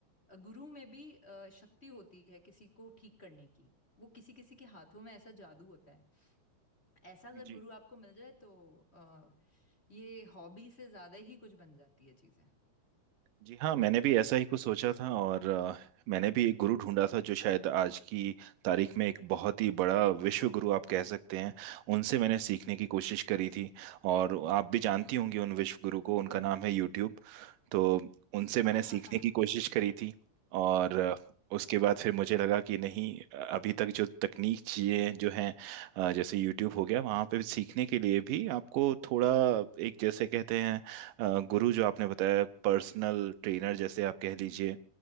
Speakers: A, on the left (about 20°); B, on the right (about 85°).
A: गुरु में भी अ, शक्ति होती है किसी को ठीक करने की वो किसी किसी के हाथों में ऐसा जादू होता है ऐसा अगर
B: जी
A: गुरु आपको मिल जाए तो अ, ये हॉबी से ज्यादा ही कुछ बन जाती है चीजें
B: जी हाँ मैंने भी ऐसा ही कुछ सोचा था और अ, मैंने भी एक गुरु ढूंढा था जो शायद आज की तारीख में एक बहुत ही बड़ा विश्व गुरु आप कह सकते हैं उनसे मैंने सीखने की कोशिश करी थी और आप भी जानती होंगी उन विश्व गुरु को उनका नाम है यूट्यूब तो उनसे
A: <laughs>
B: मैंने सीखने की कोशिश
A: हम्म
B: करी थी और अ, उसके बाद फिर मुझे लगा कि नहीं अभी तक जो तकनीक चीज़ें जो हैं अ, जैसे यूट्यूब हो गया वहाँ पे सीखने के लिए भी आपको थोड़ा एक जैसे कहते हैं अ, गुरु जो आपने बताया पर्सनल ट्रेनर जैसे आप कह लीजिए